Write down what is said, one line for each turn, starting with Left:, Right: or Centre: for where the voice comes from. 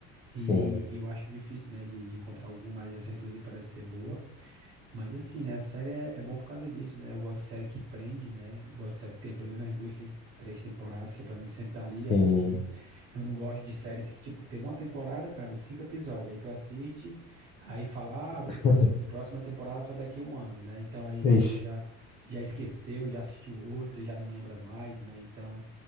Left: Sim.
Right: E, e eu acho difícil, né, de, de encontrar alguma, mas essas duas aí parecem ser boa. Mas assim, né, a série é, é boa por causa disso, né? Eu gosto de série que prende, né? Gosto de série que tem pelo menos duas, tem três temporadas, que é pra mim sentar ali
Left: Sim.
Right: e assistir. Eu não gosto de séries que, tipo, tem uma temporada, cara, de cinco episódios. Aí tu assiste, aí fala,
Left: <laughs>
Right: ah, o próximo, o próxima temporada só daqui a um ano, né? Então aí você
Left: Ixi.
Right: já, já esqueceu, já assistiu outra, já não lembra mais, né? Então